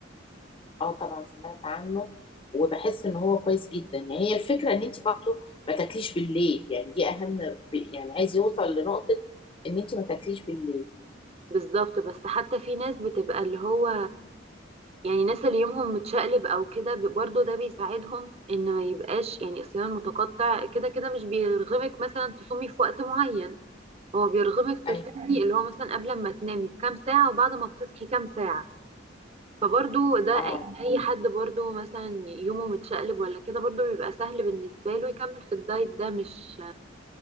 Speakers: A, on the left; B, on the right.
A: اه طبعا سمعت عنه وبحس ان هو كويس جدا يعني هي الفكره ان انت برضه ما تاكليش بالليل يعني دي اهم ب- يعني عايز يوصل لنقطه ان انت ما تاكليش بالليل
B: بالظبط بس حتى في ناس بتبقى اللي هو يعني ناس اللي يومهم متشقلب او كده بي- برضه ده بيساعدهم ان ما يبقاش يعني صيام متقطع كده كده مش بيرغمك مثلا تصومي في وقت معين هو بيرغمك تصومي
A: ايوه
B: اللي هو مثلا قبل ما تنامي بكام ساعة وبعد ما بتصحي كام ساعة فبرضه ده اي
A: اه
B: أي حد برضه مثلا يومه متشقلب ولا كده برضه بيبقى سهل بالنسبة له يكمل في الدايت ده مش